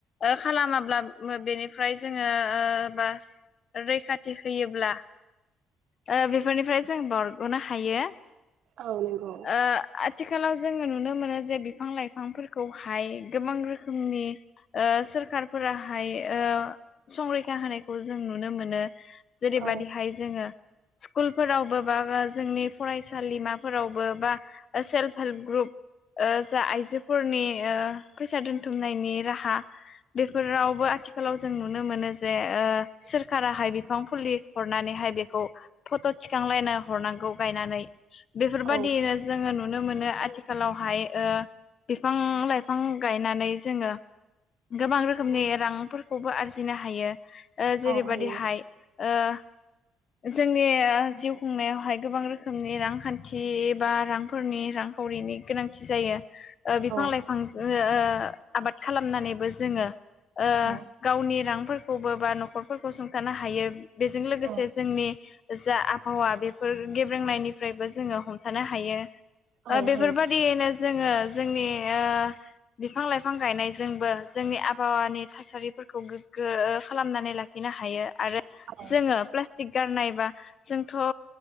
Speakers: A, on the left; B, on the right.
A: ओ खालामाब्ला बेनिफ्राय जोङो ओ बास रैखाथि होयोब्ला ओ बेफोरनिफ्राय जों बारग'नो हायो।
B: औ नंगौ
A: ओ आ थिखालाव जोंङो नुनो मोनो जे बिफां लाइफांफोरखौहाय गोबां रोखोमनि ओ सोरखारफोराहाय ओ संरैखा होनायखौ जों नुनो मोनो। जेरैबायदिहाय
B: औ
A: जोङो स्कुलफोरावबो बा जोंनि फरायसालिमाफोरावबो बा सेल्फ हेल्प ग्रुप ओ जा आइजोफोरनि ओ फैसा दोनथुमनायनि राहा बेफोरावबो आथिखालाव जों नुनो मोनो जे ओ सोरखाराहाय बिफां फुलि हरनानै हाय बेखौ फट' थिखांलायनो हरनांगौ गायनानै बेफोरबायदियैनो
B: औ
A: जोङो नुनो मोनो आथिखालावहाय ओ बिफां-लाइफां गायनानै जोङो गोबां रोखोमनि रांफोरखौबो आरजिनो हायो ओ जेरैबायदि
B: औ हायो
A: हाय ओ जोंनि जिउ खुंनायावहाय गोबां रोखोमनि रांखान्थि बा रांफोरनि रांखावरिनि गोनांथि जायो ओ बिफां
B: औ
A: लाइफांजों ओ ओ आबाद खालामनानैबो जोङो ओ
B: औ
A: गावनि रांफोरखौबो बा न'खरफोरखौ सुंथानो हायो बेजों लोगोसे
B: औ
A: जोंनि जा आबहावा बेफोर गेब्रेंनायनिफ्रायबो जोङो हमथानो हायो ओ
B: औ
A: बेफोरबायादियैनो
B: हायो
A: जोङो जोंनि ओ बिफां लाइफां गायनायजोंबो जोंनि आबहावानि थासारिफोर खौ गोग्गो खालामनानै लाखिनो हायो आरो
B: औ
A: जोङो प्लास्टिक गारनाय बा जोंथ' ओ